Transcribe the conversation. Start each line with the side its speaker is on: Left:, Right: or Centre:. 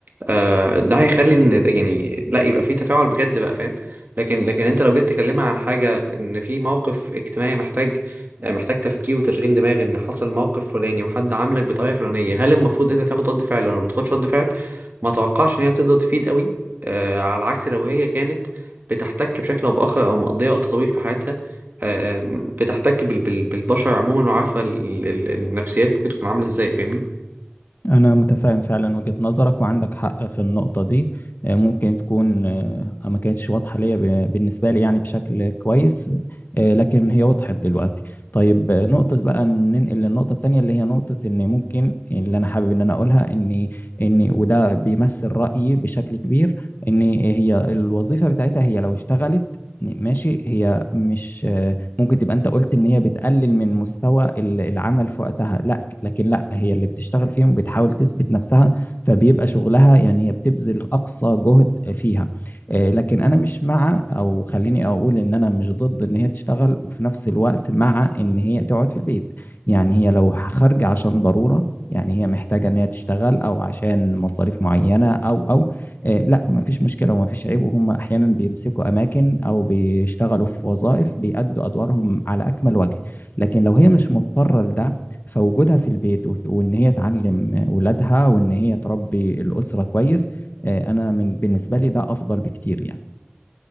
Right: آه، ده هيخلي ان يعني لا يبقى في تفاعل بجد بقى فاهم لكن لكن انت لو جيت تكلمها عن حاجه ان في موقف اجتماعي محتاج آه، محتاج تفكير وتشغيل دماغ ان حصل موقف فلاني وحد عاملك بطريقه فلانيه هل المفروض انت تاخد رد فعل ولا ما تاخدش رد فعل ما توقعش ان هي تقدر تفيد قوي آه، على عكس لو هي كانت بتحتك بشكل او باخر او مقضيه وقت طويل في حياتها آه، آم، بتحتك بال- بال- بالبشر عموما وعارفه ال- ال- النفسيات ممكن تكون عامله ازاي فاهمني
Left: أنا متفاهم فعلا وجهة نظرك وعندك حق في النقطة دي آه، ممكن تكون آه، ما كانتش واضحة ليا ب- بالنسبة لي يعني بشكل كويس آه، لكن هي وضحت دلوقتي طيب آه، نقطة بقى ننقل للنقطة التانية اللي هي نقطة إن ممكن اللي أنا حابب إن أنا أقولها إن إن وده بيمثل رأيي بشكل كبير إن هي الوظيفة بتاعتها هي لو اشتغلت ماشي هي مش آه، ممكن تبقى انت قلت ان هي بتقلل من مستوى ال- العمل في وقتها لا لكن لا هي اللي بتشتغل فيهم بتحاول تثبت نفسها فبيبقى شغلها يعني هي بتبذل أقصى جهد فيها آه، لكن أنا مش مع أو خليني أقول إن أنا مش ضد إن هي تشتغل وفي نفس الوقت مع إن هي تقعد في البيت يعني هي لو خارجة عشان ضرورة يعني هي محتاجة إن هي تشتغل أو عشان مصاريف معينة أو أو آه، لا مفيش مشكلة ومفيش عيب وهم أحيانا بيمسكوا أماكن أو بيشتغلوا في وظائف بيأدوا أدوارهم على أكمل وجه لكن لو هي مش مضطرة لده فوجودها في البيت وت- وان هي تعلم ولادها وان هي تربي الأسرة كويس آه، انا من بالنسبة لي ده افضل بكتير يعني